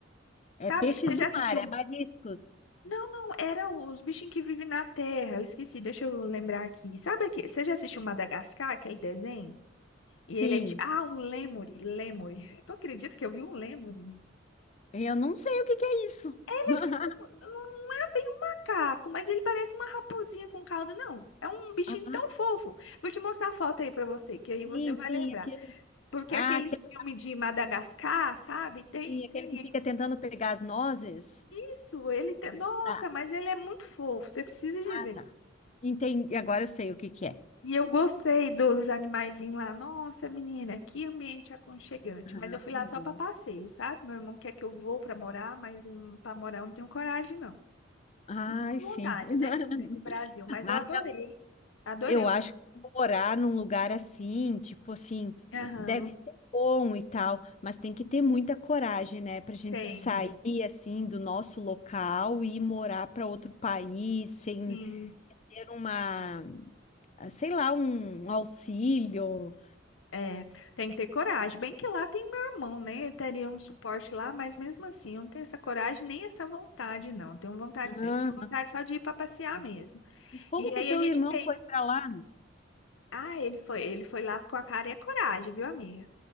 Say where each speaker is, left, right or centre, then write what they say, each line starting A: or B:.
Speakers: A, on the left; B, on the left.
A: é
B: sabe,
A: peixes
B: você
A: do
B: já assistiu
A: mar, é mariscos.
B: Não, não, era os bichinhos que vivem na terra. Eu esqueci, deixa eu lembrar aqui. Sabe aquele. Você já assistiu Madagascar, aquele desenho? E
A: Sim.
B: ele é tipo. Ah, um lêmure, lêmure. <laughs> Tu acredita que eu vi um lêmure?
A: Eu não sei o que que é isso.
B: Ele
A: <laughs>
B: é tipo. Não é bem um macaco, mas ele parece uma raposinha com cauda, não. É um bichinho
A: Ah,
B: tão fofo. Vou te mostrar a foto aí pra você, que aí
A: sim,
B: você vai
A: sim,
B: lembrar.
A: aquele...
B: Porque
A: Ah,
B: aqueles
A: aquele...
B: filmes de Madagascar, sabe? Tem,
A: Sim,
B: tem
A: aquele que fica
B: ele.
A: tentando pegar as nozes.
B: Isso, ele tem. Nossa,
A: Tá.
B: mas ele é muito fofo. Você precisa de
A: Ah,
B: ver.
A: tá. Entendi. Agora eu sei o que que é.
B: E eu gostei dos animaizinhos lá. Nossa, menina, que ambiente aconchegante.
A: Ah,
B: Mas eu fui
A: bom.
B: lá só para passeio, sabe? Meu irmão quer que eu vou para morar, mas para morar eu não tenho coragem, não.
A: Ai,
B: Não tenho
A: sim.
B: vontade,
A: <laughs>
B: né? É do Brasil, mas
A: Ah,
B: eu adorei. Adorei.
A: eu acho que se morar num lugar assim, tipo assim,
B: Aham,
A: deve ser bom e tal, mas tem que ter muita coragem, né, pra gente
B: tem,
A: sair assim do nosso local e ir morar para outro país sem,
B: sim.
A: sem ter uma, ah, sei lá, um um auxílio.
B: É, tem que ter coragem. Bem que lá tem meu irmão, né? Eu teria um suporte lá, mas mesmo assim, eu não tenho essa coragem nem essa vontade, não. Tenho vontade,
A: Ah,
B: eu tinha vontade só de ir para passear mesmo.
A: e como
B: E
A: que
B: aí
A: o teu
B: a gente
A: irmão
B: fez.
A: foi para lá?
B: Ah, ele foi, ele foi lá com a cara e a coragem, viu, amiga?